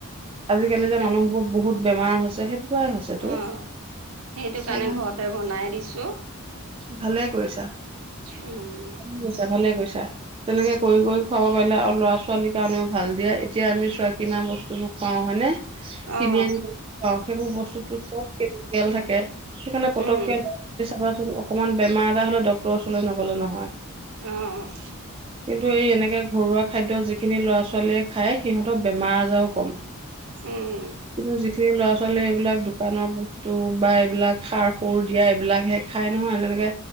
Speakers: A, on the right; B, on the right.
A: আজিকালি
B: সেইকাৰণে
A: যে মানুহবোৰক বহুত বেমাৰ হৈছে সেইটো পৰাই হৈছেতো
B: অ' সেইটো
A: সেইকাৰণে
B: কাৰণে ঘৰতে বনাই দিছো।
A: ভালে কৰিছা
B: উম
A: ভালে কৰিছা ভালে তেনেকে কৰি কৰি খুৱাব পাৰিলে আৰু ল'ৰা ছোৱালীৰ কাৰণনেও ভাল দিয়ে এতিয়া আমি চুৱ কিনা বস্তু বোৰ খুৱাও হয়নে? কিনি
B: অ
A: আন পাওঁ সেইবোৰ বস্তুতো চব তেল থাকে <unintelligible> সেইফালৈ পটককে
B: উম
A: <unintelligible> চাবা <inaudible> অকণমান বেমাৰ এটা হলে ডকক্তৰ ওচৰলৈ নগ'লে নহয়।
B: অ'।
A: কিন্তু এই এনেকে ঘৰুৱা খাদ্য যিখিনি ল'ৰা ছোৱালীয়ে খায় সিহঁতৰ বেমাৰ আজাৰো কম।
B: উম
A: কিন্তু যিখিনি ল'ৰা ছোৱালী এইবিলাক দোকানৰ টোবা এইবিলাক সাৰ সুৰ দিয়া এইবিলাকহে খাই নহয় তেনেকে